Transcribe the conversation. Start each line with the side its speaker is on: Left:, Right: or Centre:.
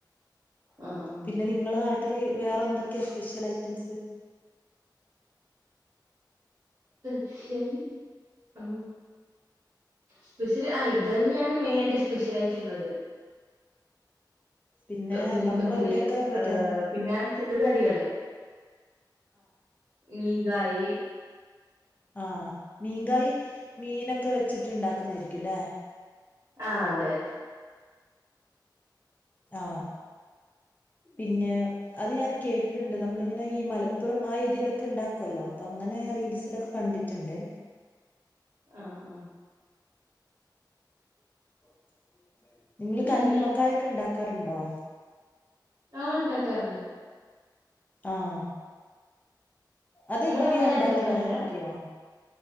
Right: ആഹ് ആഹ്
Left: പിന്നെ നിങ്ങളെ നാട്ടി ട്ടില് വേറെ എന്തൊക്കെയാ സ്പെഷ്യൽ ഐറ്റംസ്
Right: സ്പെഷ്യൽ ഹ സ്പെഷ്യല് ആ ഇതന്നെയാണ് മെയിൻ ആയിട്ട് സ്പെഷ്യൽ ആയിട്ടുള്ളത്
Left: പിന്നെ
Right: കുഞ്ഞിപ്പത്തില്
Left: നമ്മളെ ഇവിടെയൊക്കെ മറ്റേ
Right: പിന്നെ ചെറ് കടികള് മീൻ കായി
Left: ആ മീങ്കായി മീനൊക്കെ ക്കെ വെച്ചിട്ട് ഇണ്ടാക്കുന്നേയ്ര്ക്കുംല്ലേ
Right: ആ അതെ അതെ
Left: ആ പിന്നെ അത് ഞാൻ കേട്ടിട്ടുണ്ട് നമ്മളിങ്ങനെ ഈ മലപ്പുറം ആ ഏര്യയിലൊക്കെ ഉണ്ടാക്കൊല്ലോ അപ്പൊ അങ്ങനെ റീൽസിലൊക്കെ കണ്ടിട്ടുണ്ട്
Right: ആ ആ
Left: <unintelligible> നിങ്ങള്
Right: പിന്നെ
Left: കല്ലുമ്മക്കായഒക്കെ ഉണ്ടാക് ണ്ടാക്കാറുണ്ടോ
Right: ആ ഉണ്ടാക്കാറ്ണ്ട്
Left: ആഹ് അത്
Right: നിങ്ങളവിടെ
Left: എങ്ങനെയാ ഉണ്ടാക്ക്ന്നേ
Right: ഉണ്ടാക്കാറില്ല
Left: അറിയോ